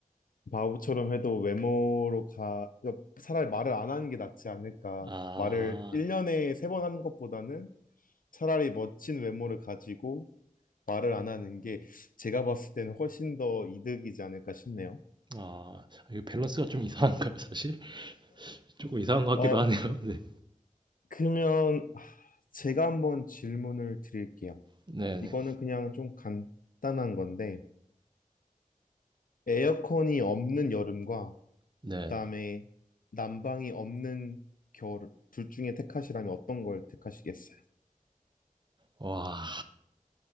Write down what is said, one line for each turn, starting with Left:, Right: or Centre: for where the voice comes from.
Left: 바보처럼 해도 외모로 가, 그러니까 차라리 말을 안 하는 게 낫지 않을까.
Right: 아,
Left: 말을 1년에 3번 하는 것보다는 차라리 멋진 외모를 가지고 말을 안 하는 게 제가 봤을 때는 훨씬 더 이득이지 않을까 싶네요.
Right: 아, 이거 밸런스가 좀 이상한가요, 사실? 조금 이상한 것 같기도
Left: 어,
Right: 하네요. <laughs> 네,
Left: 그러면 제가 한번 질문을 드릴게요.
Right: 네,
Left: 이거는
Right: 네,
Left: 그냥 좀 간단한 건데, 에어컨이 없는 여름과,
Right: 네.
Left: 그 다음에
Right: 네.
Left: 난방이 없는 겨울, 둘 중에 택하시라면 어떤 걸 택하시겠어요?
Right: 와,